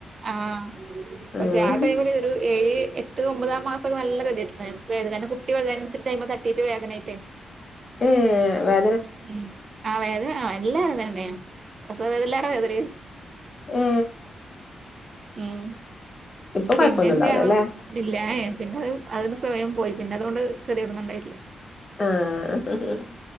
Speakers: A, on the right; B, on the left.
A: ആഹ് പക്ഷെ
B: ആഹ്
A: ആ ടൈമില് ഒരു ഏഴ് എട്ട് ഒമ്പതാ മാസം ഒക്കെ നല്ല കതിയിട്ടുണ്ട് വേദന കാരണം കുട്ടി വലുതായത് അനുസരിച്ച് അയിമ്മേ തട്ടിട്ട് വേദനയായിട്ട് <inaudible>
B: ഉം വേ
A: ഉം ആ വേദന ആഹ് എല്ലാ വേദനണ്ടേയ്നു പ്രസവ വേദനിലേറെ വേദനനു
B: ഉം...
A: ഉം
B: ഇപ്പൊ കൊഴപ്പൊന്നും
A: പിന്നെന്ത്യാവോ?
B: ഉണ്ടാവില്ല അല്ലേ
A: ഇല്ല ഏഹ് ഏഹ് പിന്നെത് അത് സ്വയം പോയി പിന്നെ അതുകൊണ്ട് കെതേടൊന്നുണ്ടായിട്ടില്ല
B: ആഹ്